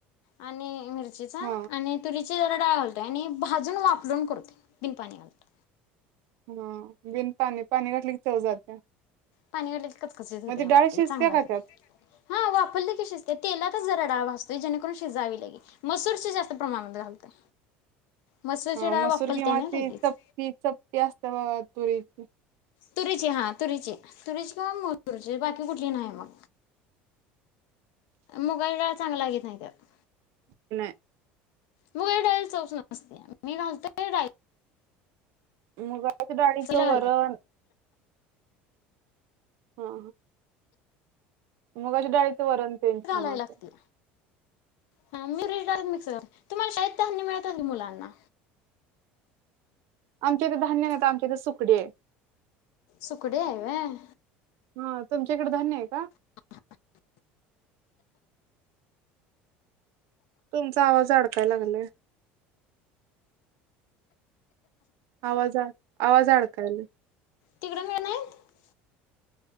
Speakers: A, on the left (about 75°); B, on the right (about 65°).
A: आणि मीर मिरचीचा
B: हा
A: आणि तुरी जरा डाळ घालतोय आणि भाजून वापवून करतोय बिन पाणी घालता
B: हा बिन पाणी पाणी घातली की चव जातिया
A: पाणी घातलकी कचकचीत होतय म
B: डाळ शिजत्या
A: चांगल लागत
B: का त्यात?
A: नाही हा वाफलेकी शिजतय तेलात डाळ भाजतो जेणे करून शिजावी लगेच मसूरची जास्त प्रमाणात घालतोय मसूरची
B: हा
A: डाळ
B: मसूर
A: वाफलत्या
B: किंवा
A: ना
B: हा ती
A: लगेच
B: चपटी चपटी असत्या बघा तुरी <inaudible>
A: तुरीची हा तुरीची तुरीची किंवा मोर तुर्याची जे बाकी कुठली नाही मग मुगाची डाळ चांगली लागत नाय त्यात
B: नाय
A: मुगाच्या डाळीला चवच नसत्या मी घालतोय डाळीत
B: मुगाच डाळीचं
A: चवीला
B: वरण हा मुगाच्या डाळीत वरण तेन छान
A: घालायला
B: होत
A: लागते हा मिरे घाल मिक्सर तुम्हाला शाळेत धान्य मिळत असेल की मुलांना
B: आमच्या इथं धान्य नाहीत आमच्या इथे सुकडी आहे.
A: सुकडी हाय व्हय.
B: हा तुमच्याकडे धान्य आहे का?
A: <unintelligible>
B: तुमचा आवाज अडकाय लागलाय. आवाज आड आवाज अडकायलाय
A: तिकडे मिळत नाहीत